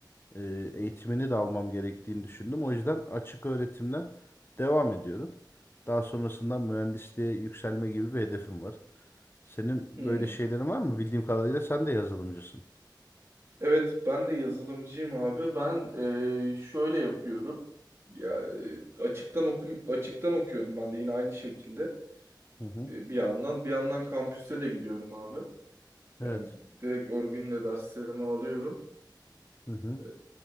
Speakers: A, on the left; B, on the right.
A: Ee,
B: hı
A: eğitimini
B: hı.
A: de almam gerektiğini düşündüm. O yüzden açık öğretimden devam ediyorum. Daha sonrasında mühendisliğe yükselme gibi bir hedefim var. Senin
B: Hmm.
A: böyle şeylerin var mı? Bildiğim kadarıyla sen de yazılımcısın.
B: Evet, ben de yazılımcıyım abi. Ben e, şöyle yapıyorum. Ya e, açıktan okum açıktan okuyorum ben de yine aynı şekilde.
A: Hı hı.
B: E, bir yandan bir yandan kampüse de gidiyorum abi.
A: Evet.
B: Yani direkt örgünle derslerimi alıyorum.
A: Hı hı.
B: E,